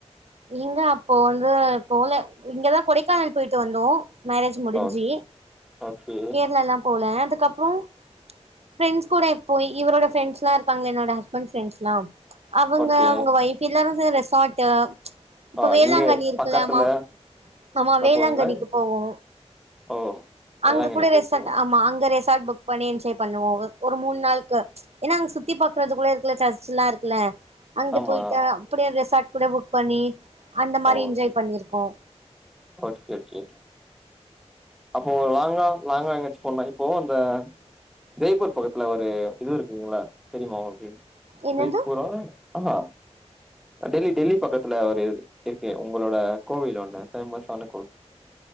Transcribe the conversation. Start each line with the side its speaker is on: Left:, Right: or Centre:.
Right: இங்க அப்போ வந்து போல இங்கதா கொடைக்கானல் போய்ட்டு வந்தோ மேரேஜ் முடிஞ்சு
Centre: ஓ ஓகே
Right: கேர்ளாலா போல அதுக்கப்றோ ஃப்ரெண்ட்ஸ் கூட இப்போ இவரோட ஃப்ரெண்ட்ஸ்லா இருக்காங்கல என்னோட ஹஸ்பண்ட் ஃப்ரெண்ட்ஸ்லா அவங்க
Centre: ஓகே
Right: அவுங்க வைஃப் எல்லாரும் ச ரெசார்ட்டு இப்ப
Centre: ஆ
Right: வேளாங்கண்ணி
Centre: இங்க
Right: இருக்குல்லமா
Centre: பக்கத்துல
Right: ஆமா
Centre: என்னா
Right: வேளாங்கண்ணிக்கு
Centre: போவீங்களா
Right: போவோ
Centre: ஓ வேளாங்கண்ணி
Right: அங்க கூட
Centre: போயிருக்கீங்க
Right: ரெசார்ட் ஆமா அங்க ரெ சார்ட் புக் பண்ணி என்ஜாய் பண்ணுவோ ஒரு மூணு நாளுக்கு ஏன்னா அங்க சுத்தி பாக்குறது கூட இருக்குல சர்ச்சல்லா இருக்குல அங்க
Centre: ஆமா
Right: போயிட்டா அப்டியே ரெசார்ட் கூட புக் பண்ணி அந்த மாரி
Centre: ஓ
Right: என்ஜாய்
Centre: ஓகே
Right: பண்ணிருக்கோ
Centre: ஓகே ஓகே அப்போ லாங்கா லாங்கா எங்காச்சி போனா இப்போ அந்த ஜெய்ப்பூர் பக்கத்துல ஒரு இது இருக்குதுங்கல்ல தெரியுமா உங்களுக்கு
Right: என்னது
Centre: ஜெய்பூரா ஆஹா டெல்லி டெல்லி பக்கத்துல ஒரு இருக்கு உங்களோட கோவில் ஒண்ணு பேமஸான கோவில்